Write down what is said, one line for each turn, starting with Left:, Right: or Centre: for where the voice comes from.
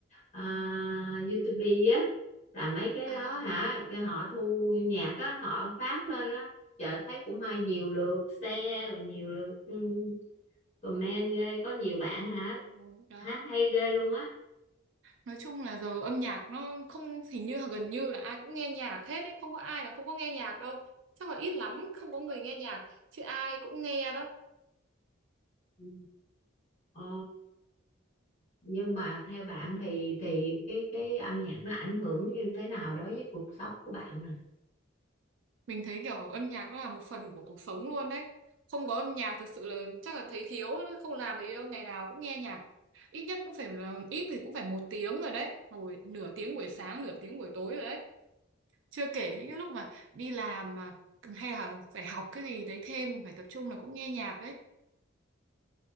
Left: ờ, YouTube á làm mấy cái
Right: À,
Left: đó hả cái họ thu nhạc á họ phát lên á chợ thấy cũng hay nhiều lượt share rồi nhiều lượt ừ, comment ghê có nhiều bạn hả
Right: ừ, đó.
Left: hát hay ghê luôn á
Right: Nói chung là giờ âm nhạc nó không hình như gần như là ai cũng nghe nhạc hết ấy, không có ai là không có nghe nhạc đâu. Chắc là ít lắm không có người nghe nhạc, chứ ai cũng nghe đó.
Left: Ừ. Ồ, nhưng mà theo bạn thì thì cái cái âm nhạc nó ảnh hưởng như thế nào đối với cuộc sống của bạn nè
Right: Mình thấy kiểu âm nhạc nó là một phần của cuộc sống luôn đấy. Không có âm nhạc thật sự là chắc là thấy thiếu, không làm gì đâu, ngày nào cũng nghe nhạc. Ít nhất cũng phải là ít thì cũng phải một tiếng rồi đấy. Rồi nửa tiếng buổi sáng, nửa tiếng buổi tối rồi đấy. Chưa kể những cái lúc mà đi làm mà hay là phải học cái gì đấy thêm, phải tập trung là cũng nghe nhạc đấy.